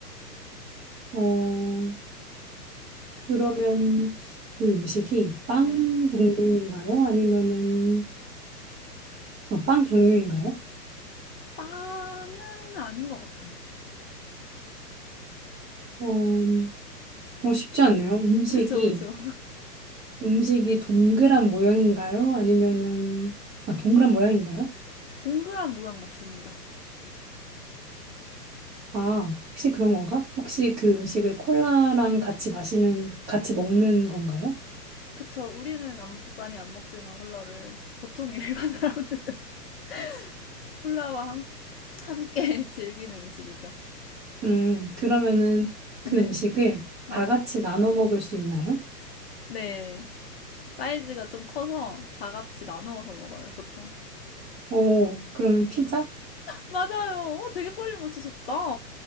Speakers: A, on the right; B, on the left.
A: 어, 그러면 그 음식이 빵
B: 네.
A: 종류인가요? 아니면은 아, 빵 종류인가요?
B: 빵은 아닌 것 같아요.
A: 어, 어, 쉽지 않네요. 음식이
B: 그쵸, 그쵸.
A: 음식이 동그란 모양인가요? 아니면은 아, 동그란 모양인가요?
B: 동그란 모양 맞습니다.
A: 아, 혹시 그런 건가? 혹시 그 음식을 콜라랑 같이 마시는, 같이 먹는 건가요?
B: 그쵸. 우리는 안- 많이 안 먹지만 콜라를 보통 일반 사람들은 <laughs> 콜라와 함, 함께 <laughs> 즐기는 음식이죠.
A: 음, 그러면은
B: 네.
A: 그 음식을
B: 네.
A: 다 같이 나눠 먹을 수 있나요?
B: 네. 사이즈가 좀 커서 다 같이 나누어서 먹어요, 보통.
A: 오, 그러면 피자?
B: 맞아요. 어, 되게 빨리 맞추셨다.